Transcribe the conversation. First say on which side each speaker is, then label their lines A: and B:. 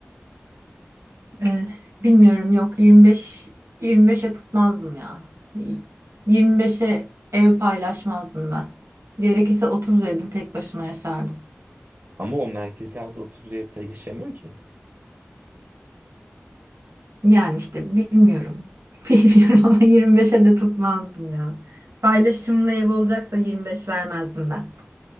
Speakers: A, on the right; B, on the right.
A: Ee, bilmiyorum yok 25 25'e tutmazdım ya. Y- 25'e ev paylaşmazdım ben. Gerekirse 30 verirdim tek başıma yaşardım.
B: Ama o merkezi yerde 30 yapıda yaşayamıyor ki.
A: Yani işte bilmiyorum. <laughs> Bilmiyorum ama 25'e de tutmazdım ya. Paylaşımlı ev olacaksa 25 vermezdim ben.